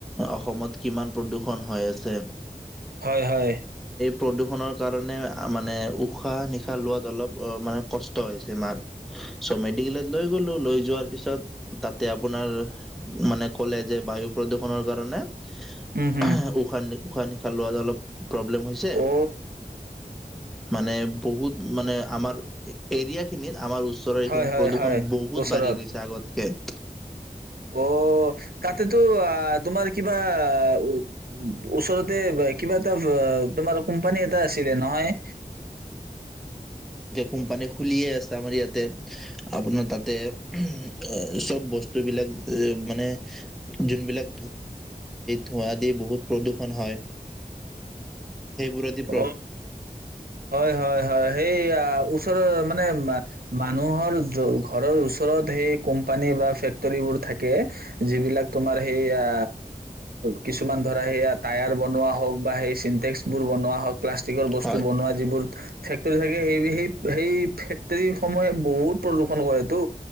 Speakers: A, in the centre; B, on the right.
A: অসমত কিমান প্ৰদূৰ্ষন হৈ আছে।
B: হয় হয়।
A: প্ৰদূৰষণৰ কাৰণে মানে উশাহ নিশাহ লোৱাত অলপ মানে কষ্ট হৈছে মাৰ চ' মেডিকেলত লৈ গলো লৈ যোৱাৰ পিছত তাতে আপোনাৰ মানে ক'লে যে বায়ু প্ৰদূৰষণনৰৰ কাৰণে অহে
B: উম হম
A: উখা উশান নিশাহ লোৱাত অলপ। প্ৰব্লেম হৈছে।
B: অ
A: মানে বহুত মানে আমাৰ এৰিয়া খিনিত আমাৰ। ওচৰৰ এইখিনি
B: হয় হয়
A: প্ৰদূষণ
B: হয়
A: বহুত
B: ওচৰত
A: বাঢ়ি গৈছে। আগত কেত।
B: অ' তাতেতো, তোমাৰ কিবা উ ওচৰতে কিবা এটা তোমাৰ কোম্প পানী এটা আছিলে নহয়,
A: কোম্পানীৰ খোলি আছে আপোনাক তাতে উম ওচৰত বস্তু বিলাক তে মানে যোনবিলাক ধৰা দি বহুত প্ৰদূষণ হয়। প্ৰদিপ।
B: অ হয় হয় হয় সেইয়া। ওচৰ মানে মানুহৰ ঘৰৰ ওচৰত সেই কোম্পানী বা ফেক্টৰীবোৰ থাকে। কে যিবিলাক। তোমাৰ সেই আ কিছুমান ধৰা সেইয়া টায়াৰ বনোৱা হওক, বা সেই চিন্টেক্স বোৰ বনোৱা, হওক প্লাষ্টিকৰ বস্তু
A: হয়
B: বনোৱা যিবোৰ ফেক্টৰি ফেক্টৰী থাকে সেই সেই সেই ফেক্টৰীসমূহে বহুত প্ৰদূষণ কৰে তো,